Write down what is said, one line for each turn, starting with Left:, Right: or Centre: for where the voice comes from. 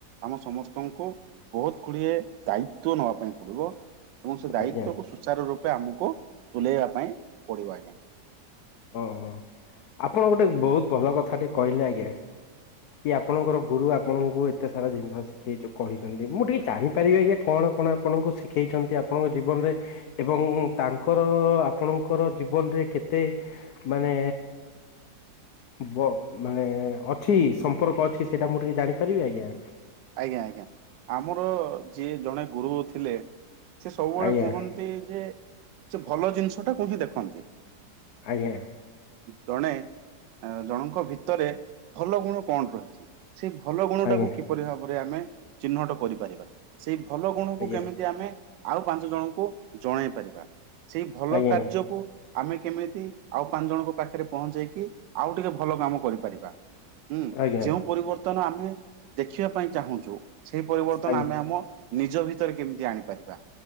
Right: ଆମ ସମସ୍ତଙ୍କୁ ବହୁତ ଗୁଡିଏ ଦାୟିତ୍ଵ ନବା ପାଇଁ ପଡିବ। ଏବଂ ସେ ଦାୟିତ୍ଵକୁ
Left: ଆଜ୍ଞା
Right: ସୁଚାର ରୂପେ ଆମକୁ ତୁଲେଇବା ପାଇଁ ପଡିବ ଆଜ୍ଞା।
Left: ଓହୋ ଆପଣ ଗୋଟେ ବହୁତ ଭଲ କଥା ଟି କହିଲେ ଆଜ୍ଞା। କି ଆପଣଙ୍କର ଗୁରୁ ଆପଣଙ୍କୁ ଏତେ ସାରା ଜିନିଷ ଶିଖେଇଛ କହିଛନ୍ତି ମୁଁ ଟିକେ ଜାଣିପାରିବି ଆଜ୍ଞା କଣ କଣ ଆପଣଙ୍କୁ ଶିଖେଇଛନ୍ତି ଆପଣଙ୍କ ଜୀବନରେ ଏବଂ ତାଙ୍କର ଆପଣଙ୍କର ଜୀବ ରେ କେତେ ମାନେ ବ ମାନେ ଅଛି ସମ୍ପର୍କ ଅଛି ସେ ଏଟା ମୁଁ ଟିକେ ଜାଣିପାରିବି ଆଜ୍ଞା?
Right: ଆଜ୍ଞା ଆଜ୍ଞା ଆମର ଯିଏ ଜଣେ ଗୁରୁ ଥିଲେ ସେ ସବୁବେଳେ
Left: ଆଜ୍ଞା
Right: କୁହନ୍ତି ଯେ ସେ ଭଲ ଜିନିଷ ଟା କୁ ହିଁ ଦେଖନ୍ତି।
Left: ଆଜ୍ଞା
Right: ଜଣେ ଆ ଜଣଙ୍କ ଭିତରେ ଭଲ ଗୁଣ କଣ ରହିଛି ସେଇ ଭଲ ଗୁଣ
Left: ଆଜ୍ଞା
Right: ଟାକୁ କି ଭାବରେ ଆମେ ଚିହ୍ନଟ କରିପାରିବା ସେଇ ଭଲ ଗୁଣକୁ
Left: ଆଜ୍ଞା
Right: କେମିତି ଆମେ ଆଉ ପାଞ୍ଚ ଜଣଙ୍କୁ ଜଣେଇ ପାରିବା ସେଇ ଭଲ
Left: ଆଜ୍ଞା
Right: କାର୍ଯ୍ୟକୁ ଆମେ କେମିତି ଆଉ ପାଞ୍ଚ ଜଣଙ୍କ ପାଖରେ ପହଞ୍ଚେଇକି ଆଉ ଟିକେ ଭଲ କାମ କରିପାରିବା। ହୁଁ
Left: ଆଜ୍ଞା
Right: ଯେଉଁ ପରିବର୍ତ୍ତନ ଆମେ ଦେଖିବା ପାଇଁ ଚାହୁଁଛୁ ସେଇ ପରିବର୍ତ୍ତନ
Left: ଆଜ୍ଞା
Right: ଆମେ ଆମ ନିଜ ଭିତରେ କେମିତି ଆଣିପାରିବା?